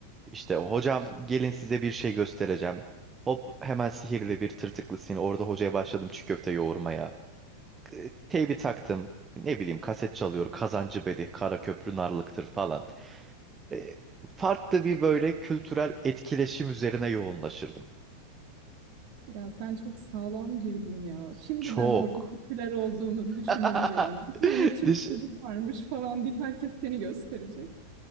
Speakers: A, on the right; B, on the right.
A: İşte hocam gelin size bir şey göstereceğim. Hop hemen sihirli bir tırtıklı sin. Orada hocaya başladım çiğ köfte yoğurmaya. E, Teybi taktım. Ne bileyim kaset çalıyor. Kazancı Bedi, Kara Köprü Narlıktır falan. e, farklı bir böyle kültürel etkileşim üzerine yoğunlaşırdım.
B: Ya sen çok sağlam girdin ya. Şimdiden
A: Çok.
B: orada popüler olduğunu
A: <laughs>
B: düşünebiliyorum. Bir tane Türk
A: Düş-
B: çocuk varmış falan deyip herkes seni gösterecek.